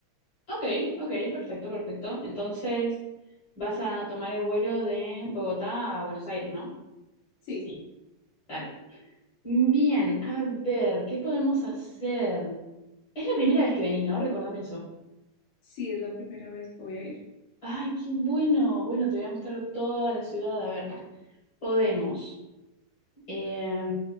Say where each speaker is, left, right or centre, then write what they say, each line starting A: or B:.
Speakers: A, on the left; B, on the left.
A: Ok, ok, perfecto, perfecto. Entonces, vas a tomar el vuelo de Bogotá a Buenos Aires, ¿no?
B: Sí.
A: Sí, dale. Bien, a ver, ¿qué podemos hacer? Es la primera vez que venís, ¿no? Recordame eso.
B: Sí, es la primera vez que voy a ir.
A: Ay, qué bueno. Bueno, te voy a mostrar toda la ciudad. A ver, podemos. eh,